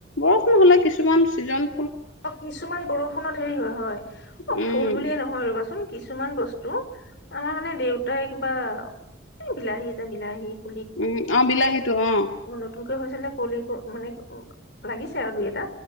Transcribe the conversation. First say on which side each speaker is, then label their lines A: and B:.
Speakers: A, on the left; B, on the left.
A: বৰষুণ হলে কিছুমান চিজন
B: অ কিছুমান বৰষুণত। <unintelligible> হয় হয়।
A: উম,
B: অ ফুল বুলিয়ে নহয় ৰবাচোন। কিছুমান বস্তু আমাৰ মানে দেউতাই কিবা এ বিলাহী যে বিলাহীত।
A: উম অ বিলাহীটো অ।
B: নতুনকৈ হৈছিলে কলি- মানে- অ লাগিছে আৰু দুই এটা।